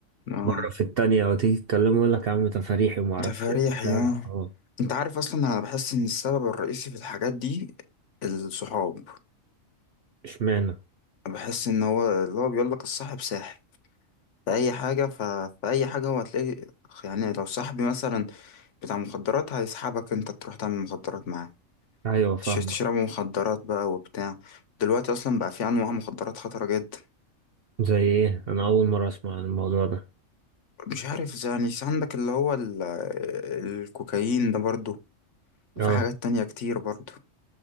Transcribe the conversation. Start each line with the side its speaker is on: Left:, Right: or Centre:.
Left: اه
Right: مرة في التانية وتيجي تتكلم يقول لك يا عم تفاريحي وما اعرفش
Left: تفاريح
Right: إيه وبتاع.
Left: يا
Right: اه
Left: انت عارف اصلا انا بحس ان السبب الرئيسي في الحاجات دي الصحاب
Right: اشمعنى
Left: بحس ان هو اللي هو بيقول لك الصاحب ساحب في اي حاجه ف... في اي حاجه هو هتلاقي يعني لو صاحبي مثلا بتاع مخدرات هيسحبك انت تروح تعمل مخدرات معاه
Right: ايوه فاهمك
Left: تش- تشربوا مخدرات بقى وبتاع دلوقتي اصلا بقى في انواع مخدرات خطره جدا
Right: زي ايه انا اول مرة اسمع عن الموضوع ده
Left: مش عارف زي- يعني عندك اللي هو ال... الكوكايين ده برضو
Right: اه
Left: في حاجات تانية كتير برضو